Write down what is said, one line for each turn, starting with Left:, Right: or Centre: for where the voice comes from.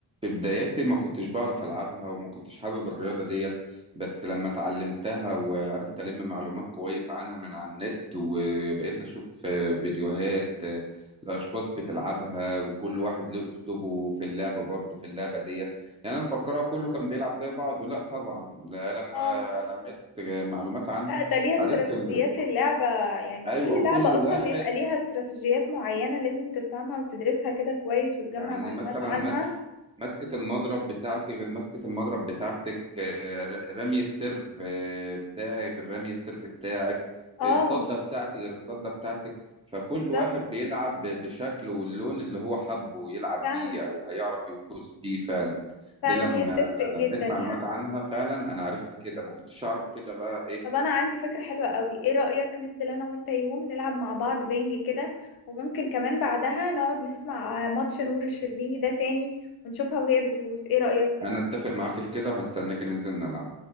Right: بداياتي ما كنتش بعرف ألعبها وما كنتش حابب الرياضة ديت بس لما اتعلمتها وعرفت ألم معلومات كويس عنها من على النت وبقيت أشوف آه، فيديوهات آه، لأشخاص بتلعبها وكل واحد له أسلوبه في اللعب برضه في اللعبة ديت يعني أنا مفكرها كله كان بيلعب زي بعضه لا طبعا لا، لما
Left: اه
Right: لميت معلومات عنها
Left: لا ده ليها استراتيجيات
Right: عرفت ال...
Left: للعبة يعني
Right: أيوة
Left: كل
Right: كل
Left: لعبة
Right: واحد
Left: أصلا بيبقى ليها استراتيجيات معينة لازم تفهمها وتدرسها كده كويس وتجمع
Right: يعني
Left: معلومات
Right: مثلا
Left: عنها
Right: مس... مسكة المضرب بتاعتي غير مسكة المضرب بتاعتك آه، ر- رمي السيرف آه، بتاعي غير رمي السيرف بتاعك
Left: اه
Right: الصدة بتاعتي غير الصدة بتاعتك فكل
Left: بالظبط
Right: واحد بيلعب ب- بشكله واللون اللي هو حبه يلعب
Left: فعلا
Right: بيه أو هيعرف يفوز بيه فعلا
Left: فعلا
Right: دي لما
Left: هي بتفرق
Right: أنا
Left: جدا
Right: لميت
Left: يعني
Right: معلومات عنها فعلا أنا عرفت كده ما كنتش أعرف كده بقى إيه
Left: طب أنا عندي فكرة حلوة قوي ايه رأيك ننزل أنا وأنت يوم نلعب مع بعض بينج كده وممكن كمان بعدها نقعد نسمع ماتش نور الشربيني ده تاني ونشوفها وهي بتفوز ايه رأيك
Right: أنا أتفق معاك في كده وهستناك ننزل نلعب